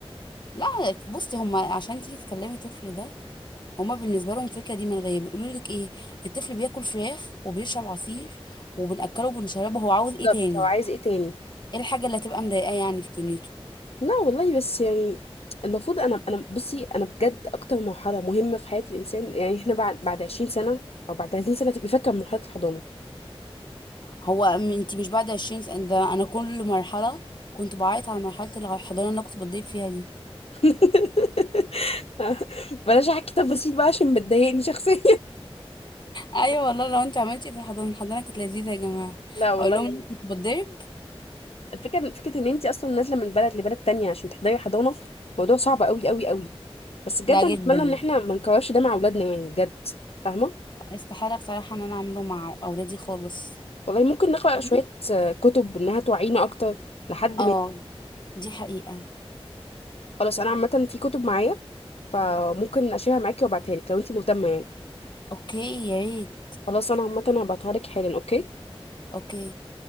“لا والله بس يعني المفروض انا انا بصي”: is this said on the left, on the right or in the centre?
Left